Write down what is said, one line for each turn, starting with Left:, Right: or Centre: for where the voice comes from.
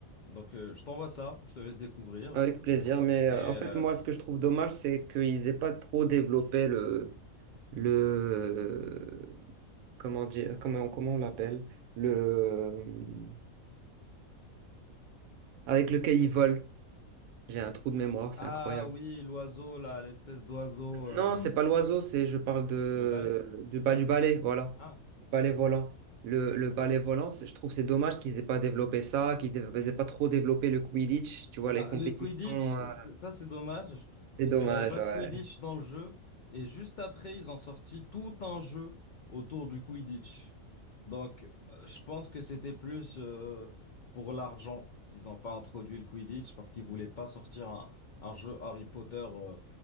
Left: Donc euh, je t'envoie ça, je te laisse découvrir.
Right: Avec plaisir, mais
Left: Et
Right: euh,
Left: euh,
Right: en fait, moi, ce que je trouve dommage, c'est qu'ils aient pas trop développé le, le, comment dire, comment, comment on l'appelle, le, euh, avec lequel ils volent. J'ai un trou de mémoire, c'est
Left: ah
Right: incroyable.
Left: oui, l'oiseau là, l'espèce d'oiseau, euh,
Right: Non, c'est pas l'oiseau, c'est, je parle de,
Left: le balai?
Right: du, ba- du balai, voilà,
Left: Ah.
Right: du balai volant. Le, le balai volant, c'est- je trouve c'est dommage qu'ils aient pas développé ça, qu'ils n'aient pas trop développé le Quidditch, tu vois,
Left: Bah,
Right: les compétitions,
Left: le Quidditch, c'est-
Right: euh,
Left: ça c'est dommage, parce
Right: c'est dommage,
Left: qu'il n'y avait pas
Right: ouais.
Left: de Quidditch dans le jeu, et juste après, ils ont sorti tout un jeu autour du Quidditch. Donc, euh, je pense que c'était plus euh, pour l'argent qu'ils n'ont pas introduit le Quidditch, parce qu'ils voulaient pas sortir un, un jeu Harry Potter euh,